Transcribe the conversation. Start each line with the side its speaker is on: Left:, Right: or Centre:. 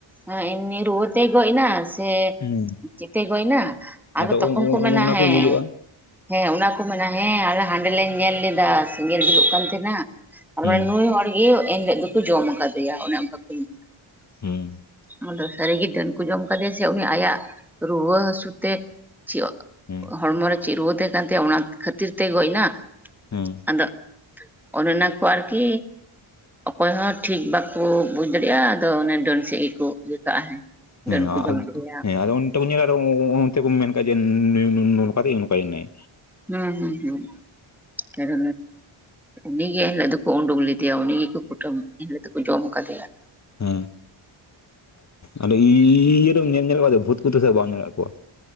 Centre: ᱦᱳᱭ ᱮᱢᱱᱤ ᱨᱩᱣᱟᱹ ᱛᱮᱭ ᱜᱚᱡᱱᱟ ᱥᱮ
Left: ᱦᱮᱸ
Centre: ᱪᱮᱫ ᱛᱮᱭ ᱜᱚᱡᱱᱟ᱾
Left: ᱟᱫᱚ
Centre: ᱛᱚᱠᱷᱚᱱ ᱠᱚ ᱢᱮᱱ
Left: ᱚᱱᱟ
Centre: ᱟ ᱦᱮᱸ
Left: ᱤᱭᱟᱹ ᱦᱩᱭᱩᱜᱼᱟ
Centre: ᱦᱮᱸ ᱚᱱᱟ ᱛᱚᱠᱷᱚᱱ ᱠᱩ ᱢᱮᱱᱟ ᱦᱮᱸ ᱟᱞᱮ ᱦᱟᱸᱰᱮ ᱞᱮ ᱧᱮᱞ ᱞᱮᱫᱟ ᱥᱮᱸᱜᱮᱞ ᱡᱩᱞᱩᱜ ᱠᱟᱱ ᱛᱟᱦᱮᱸᱱᱟ᱾
Left: ᱦᱮᱸ
Centre: ᱱᱩᱭ ᱦᱚᱲᱜᱤ ᱮᱱᱦᱤᱞᱳᱜ ᱫᱚᱠᱚ ᱡᱚᱢ ᱠᱟᱫᱮᱭᱟ ᱚᱱᱮ ᱚᱱᱠᱟ ᱠᱚ ᱢᱮᱱᱟ᱾
Left: ᱦᱩᱸ
Centre: ᱟᱫᱚ ᱥᱟᱹᱨᱤ ᱜᱮ ᱰᱟᱹᱱ ᱠᱚ ᱡᱚᱢ ᱠᱟᱫᱮᱭᱟ ᱥᱮ ᱩᱱᱤ ᱟᱭᱟᱜ ᱨᱩᱣᱟᱹ ᱦᱟᱹᱥᱩ ᱛᱮ ᱪᱮᱫ
Left: ᱦᱮᱸ
Centre: ᱦᱚᱲᱢᱚ ᱨᱮ ᱪᱮᱫ ᱨᱩᱣᱟᱹ ᱛᱟᱦᱮᱸ ᱠᱟᱱ ᱛᱟᱭᱟ ᱚᱱᱟ ᱠᱷᱟᱹᱛᱤᱨ ᱛᱮ ᱜᱚᱡ ᱱᱟ,
Left: ᱦᱮᱸ
Centre: ᱟᱫᱚ ᱢᱮᱱᱟᱠᱚ ᱟᱨᱠᱤ, ᱚᱠᱚᱭ ᱦᱚᱸ ᱴᱷᱤᱠ ᱵᱟᱠᱚ ᱵᱩᱡ ᱫᱟᱲᱮᱭᱟᱜᱼᱟ, ᱟᱫᱚ ᱚᱱᱮ ᱰᱟᱹᱱ ᱥᱮᱫ ᱜᱮᱠᱚ ᱤᱭᱟᱹ ᱠᱟᱜᱼᱟ ᱦᱮᱸ᱾
Left: ᱦᱮᱸ
Centre: ᱰᱟᱹᱱ ᱠᱚ ᱡᱚᱢ ᱠᱮᱫᱮᱭᱟ
Left: ᱦᱮᱸ ᱟᱫᱚ ᱧᱮᱞᱟ ᱚᱱᱛᱮ ᱠᱚ ᱢᱮᱱ ᱠᱟᱜ ᱡᱮ ᱱᱚᱝᱠᱟ ᱛᱮ ᱱᱚᱝᱠᱟᱭᱱᱟᱭ
Centre: ᱦᱩᱸ ᱦᱩᱸ ᱦᱩᱸ ᱟᱫᱚ ᱩᱱᱤᱜᱮ ᱫᱚ ᱠᱚ ᱳᱰᱳᱝ ᱞᱤᱫᱤᱭᱟ ᱩᱱᱤ ᱜᱮᱠᱚ ᱠᱩᱴᱟᱹᱢ ᱮᱱᱦᱤᱞᱳᱜ ᱫᱚᱠᱚ ᱡᱚᱢ ᱠᱟᱫᱮᱭᱟ᱾
Left: ᱦᱮᱸ ᱟᱨ ᱤᱻ ᱨᱮᱢ ᱧᱮᱞ ᱧᱮᱞ ᱠᱚᱣᱟ ᱵᱷᱩᱛ ᱠᱚᱛᱮ ᱥᱮ ᱵᱟᱢ ᱧᱮᱞᱮᱫ ᱠᱚᱣᱟ?